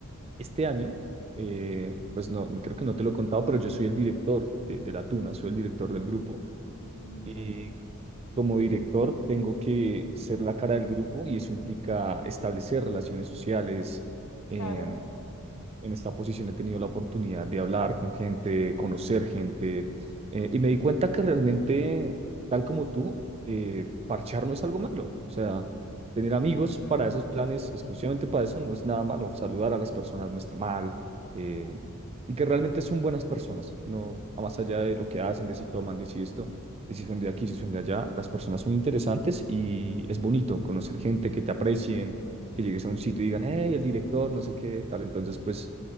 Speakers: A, on the right; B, on the left.
A: Este año, eh, pues no, no- creo que no te lo he contado, pero yo soy el director de, de la Tuna, soy el director del grupo.
B: mm,
A: Y
B: ok,
A: como director, tengo que ser la cara del grupo y eso implica establecer relaciones sociales, em,
B: Claro.
A: en esta posición he tenido la oportunidad de hablar con gente, conocer gente, eh, y me di cuenta que realmente, tal como tú, eh, parchar no es algo malo. O sea, tener amigos
B: ujú,
A: para esos planes, exclusivamente para eso, no es nada malo. Saludar a las personas no está mal, eh, y que realmente son buenas personas, no más allá de lo que hacen, de si toman, de si esto. de si son de aquí, si son de allá, las personas son interesantes y es bonito conocer gente que te aprecien, que llegues a un sitio y digan, hey, el director, no sé qué, tal. Entonces, pues